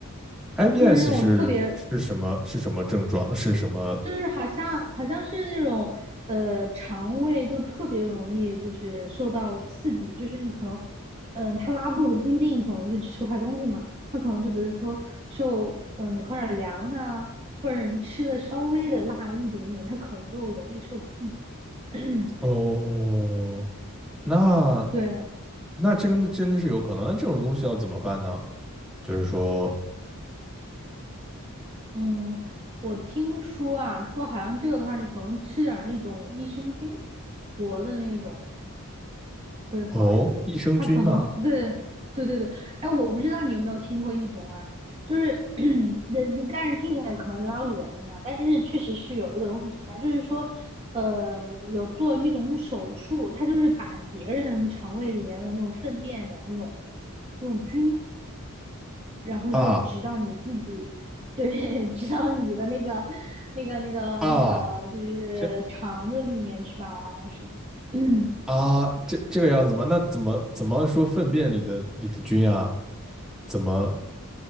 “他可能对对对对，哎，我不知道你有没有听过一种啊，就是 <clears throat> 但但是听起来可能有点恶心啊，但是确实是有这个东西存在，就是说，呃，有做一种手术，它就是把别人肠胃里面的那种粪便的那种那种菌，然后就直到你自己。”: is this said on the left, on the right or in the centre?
Right